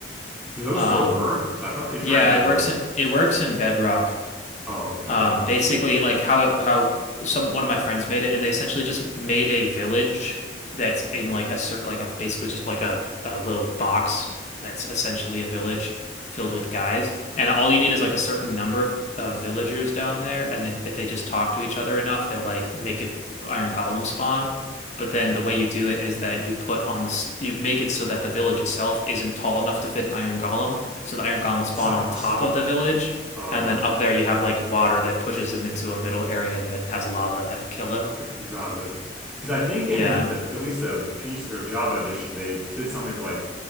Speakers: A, in the centre; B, on the left.
A: Do those
B: Um
A: still work? Because I thought they tried
B: yeah,
A: to.
B: it works in it works in Bedrock.
A: Oh, okay, that
B: Um,
A: maybe that's
B: basically,
A: why.
B: like how it, how some one of my friends made it, and they essentially just made a village that's in like a certain like a basically just like a, a little box that's essentially a village filled with guys, and all you need is like a certain number of, of villagers down there, and if, if they just talk to each other enough, they'll like make a iron golem spawn. But then the way you do it is that you put on this, you make it so that the village itself isn't tall enough to fit an iron golem. So the iron golem will spawn
A: It's up.
B: on
A: It's
B: top
A: up.
B: of the village.
A: Oh,
B: And then up there you have like water that pushes him into a middle area that has lava that'll kill him.
A: got, got it. Because I think
B: Yeah.
A: in the at least the piece or Java edition, they did something to like